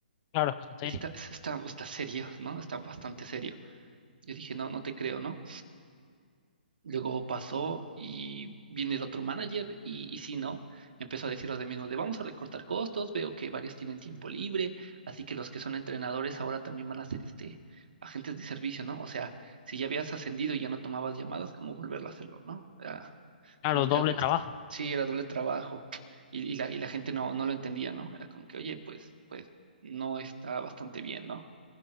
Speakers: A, on the left (about 30°); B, on the right (about 65°).
A: Claro, es que es en serio.
B: está, está, está serio, ¿no? Está bastante serio. Yo dije, no, no te creo, ¿no? Luego pasó y viene el otro manager y, y sí, ¿no? Empezó a decir lo de mismo de vamos a recortar costos, veo que varios tienen tiempo libre, así que los que son entrenadores ahora también van a ser este agentes de servicio, ¿no? O sea, si ya habías ascendido y ya no tomabas llamadas, ¿cómo volverlo a hacerlo, no? Era
A: Claro,
B: como que
A: doble
B: algo extra.
A: trabajo,
B: Sí, era doble trabajo y, y la, y la gente no, no lo entendía, ¿no? Era como que, oye, pues, pues no está bastante bien, ¿no?